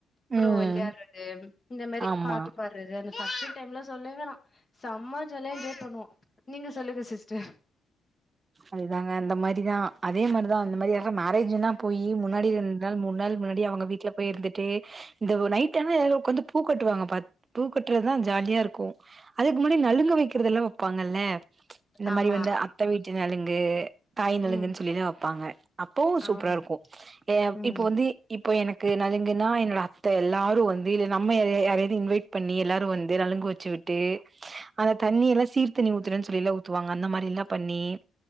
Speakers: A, on the left; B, on the right.
A: அப்புறோ
B: ம்
A: வெள்யாடறது இந்த மாரி
B: ஆமா
A: பாட்டு பாட்றது அந்த <unintelligible> டைம்ல சொல்லுங்க நா செம்ம ஜால என்ஜாய் பண்ணுவோ நீங்க சொல்லுங்க சிஸ்டர்
B: அதுதாங்க அந்தமாரிதா அதே மாரிதா அந்த மாரி மேரேஜீனா போய் முன்னாடி நாள் மூண் நாள் முன்னாடி அவுங்க வீட்ல போய் இருந்துட்டு இந்த ஓ‌ நைட் ஆன எல்லாரு உக்காந்து பூ கட்டுவாங்க பா பூ கட்ற்த்தா ஜாலியா இருக்கு அதுக்கு முன்னாடி நலுங்கு வெக்கிறதெல்லா வெப்பாங்கல்ல இந்த மாரி
A: ஆமா
B: வந்து அத்த வீட் ச்ச நலுங்கு தாய் நலங்குன்
A: ம்
B: சொல்லிதா வெப்பாங்க அப்போ சூப்ரா
A: ஆமா
B: இருக்கு ஏ அப்
A: ம்
B: இப்போ வந்து இப்ப எனக்கு நலுங்குன்னா என்னோட அத்த எல்லாரு வந் வேறு நம்ம யார யார்வாது இன்வைட் பண்ணி எல்லாரு வந்து நலுங்கு வெச்சு விட்டு அந்த தண்ணி எல்லா சீர்தண்ணி ஊத்தறன்னு சொல்லில்லா ஊத்துவாங்க அந்த மாரில்லா பண்ணி